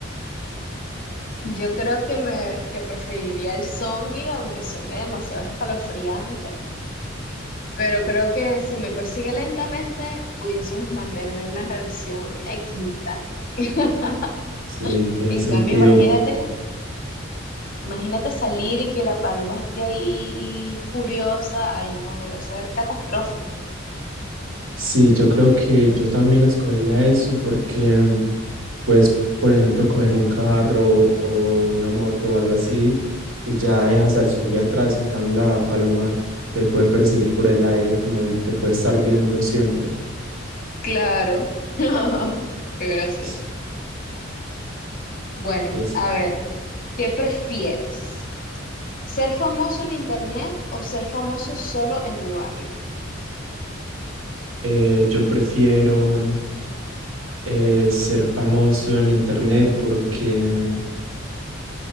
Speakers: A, on the left; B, on the right.
A: Yo creo que me que preferiría el zombie, aunque suene demasiado escalofriante. Pero creo que si me persigue lentamente, pudiésemos mantener una relación equidistante. <laughs>
B: Sí, tiene
A: En
B: sentido.
A: cambio, imagínate, imagínate salir y que la paloma esté ahí furiosa. Ay, no, debe ser catastrófico.
B: Sí, yo creo que yo también escogería eso porque puedes, por ejemplo, coger un carro o una moto o algo así y ya dejas al zombi atrás. En cambio, la paloma te puede perseguir por el aire como y te puede estar viendo siempre.
A: Claro. <laughs> Qué gracioso.
B: Sí.
A: Bueno,
B: Entonces,
A: a ver, ¿qué prefieres? ¿Ser famoso en internet o ser famoso solo en tu barrio?
B: Eh, yo prefiero eh, ser famoso en internet porque,